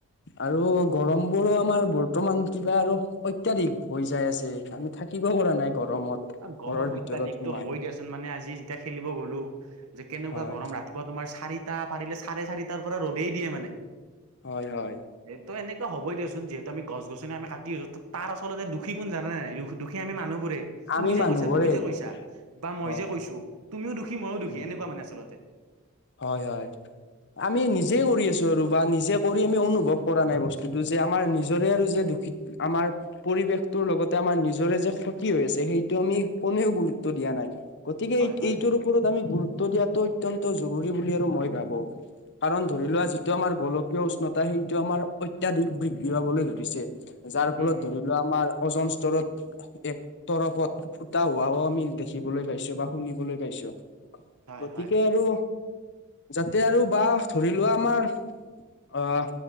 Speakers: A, on the left; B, on the right.
A: আৰু গৰম বোৰো আমাৰ বৰ্তমান কিবা আৰু অত্যাধিক হৈ যাই আছে আমি থাকিব পৰা নাই গৰমত
B: গৰম
A: ঘৰৰ ভিতৰত
B: অত্যাধিকতটো
A: সোমাই
B: হ'বই দিয়াচোন মানে আজি যেতিয়া খেলিব গ'লো যে কেনেকুৱা
A: হয়
B: গৰম ৰাতিপুৱা তোমাৰ চাৰিটা পাৰিলে চাৰে চাৰিটাৰ পৰা ৰ'দেই দিয়ে মানে
A: হয় হয়
B: ত এনেুৱ হ'ব দিয়চোন যিহেতু আমি গছ গছনি কাটি আছো তাৰ আচলতে দুখ কোন জানা নে নাই দুখী আমি মানুহবোৰে তুমি
A: আমি
B: যে
A: মানুহবোৰেই
B: কৈছা তুমি যে কৈছা বা মই
A: হয়
B: যে কৈছো তুমিও দুখী ময়ো দুখী
A: উম
B: এনেকুৱা মানে আচলতে
A: হয় হয় আমি নিজে কৰি আছো আৰু বা নিজে কৰি আমি অনুভৱ কৰা নাই বস্তুটো যে আমাৰ নিজৰে আৰু যে আমাৰ পৰিৱেশটোৰ লগতে আমাৰ নিজৰে যে ক্ষতি হৈ আছে সেইটো আমি কোনেও গুৰুত্ব দিয়া নাই গতিকে
B: হয়
A: এই
B: হয়
A: এইটোৰ ওপৰত আমি গুৰুত্ব দিয়াতটো অত্যন্ত জৰুৰী আৰু মই ভাবো কাৰণ ধৰি লোৱা যিটো আমাৰ গোলকীয় উষ্ণতা সেইটো আমাৰ অতিক বৃদ্ধি পাবলৈ ধৰিছে যাৰ ফলত
B: উম হম
A: ধৰিলোৱা আমাৰ ওজন স্তৰত এক তৰফত ফুটা হোৱাও আমি দেখিবলৈ পাইছো বা শুনিবলৈ পাইছো।
B: হয়
A: গতিকে
B: হয়
A: আৰু যাতে আৰু বাহ ধৰি লোৱা আমাৰ। অ',